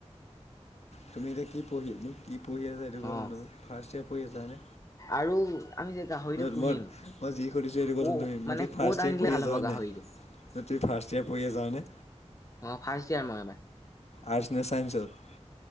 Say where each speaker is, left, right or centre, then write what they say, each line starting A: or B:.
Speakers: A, on the left; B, on the left.
A: তুমি এতিয়া কি পঢ়ি মোক কি পঢ়ি আ <unintelligible>
B: অ
A: ফাৰ্ষ্টইয়েৰ পঢ়ি আচা হয়নে?
B: আৰু আমি যে গাহৰিটো
A: নই
B: পুহিম
A: মই মই যি সুধিছো সেইটো কথা
B: ক
A: তুমি <unintelligible>
B: মানে
A: ফাৰ্ষ্ট
B: ক'ত আনিলে
A: ইয়েৰ পঢ়ি
B: ভাল
A: আছা
B: হ'ব
A: হয়
B: গাহৰিটো
A: নাই? <unintelligible> ফাৰ্ষ্ট ইয়েৰ পঢ়ি আছা হয়নে?
B: অ', ফাৰ্ষ্ট ইয়াৰ মই এবাৰ।
A: আৰ্টছ নে চাইেঞ্চত?